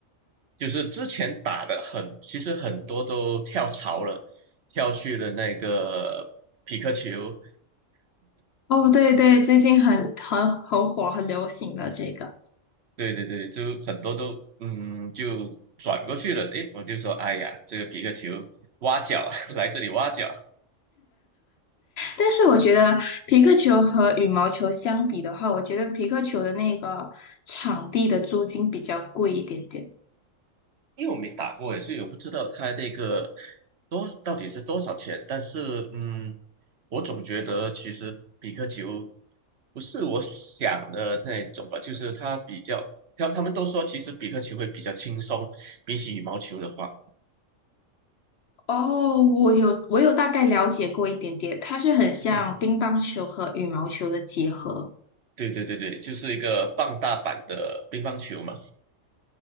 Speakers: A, on the right; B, on the left.
A: 就是之前打的很，其实很多都跳槽了，跳去了那个匹克球，
B: 哦，对对，最近很很很火，很流行的这个。
A: 对对对，就很多都嗯就转过去了。诶，我就说，哎呀，这个匹克球挖角 <laughs> 来这里挖角，
B: 但是我觉得皮克球和羽毛球相比的话，我觉得皮克球的那个场地的租金比较贵一点点。
A: 因为我没打过诶，所以我不知道它那个多到底是多少钱。但是，嗯，我总觉得其实比克球不是我想的那种吧，就是它比较，他他们都说其实比克球会比较轻松，比起羽毛球的话，
B: 哦，我有我有大概了解过一点点，它是很像乒乓球和羽毛球的结合。
A: <laughs> 对对对对，就是一个放大版的乒乓球嘛。